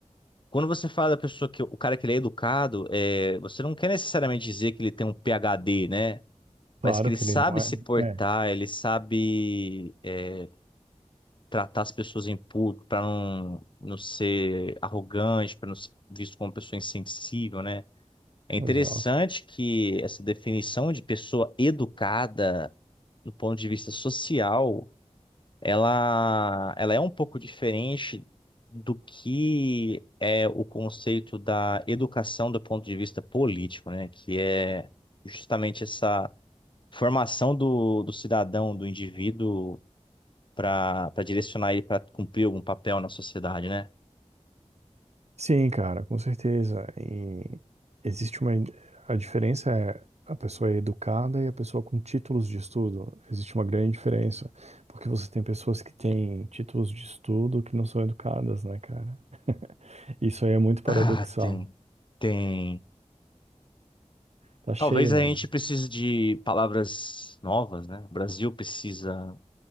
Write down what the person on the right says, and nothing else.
claro
que
ele não é.
É,
exato.
Sim, cara, com certeza. E existe uma. A diferença é a pessoa é educada e a pessoa com títulos de estudo. Existe uma grande diferença, porque você tem pessoas que têm títulos de estudo que não são educadas, né, cara? <laughs> Isso aí é muito paradoxal.
Tá cheio,
né?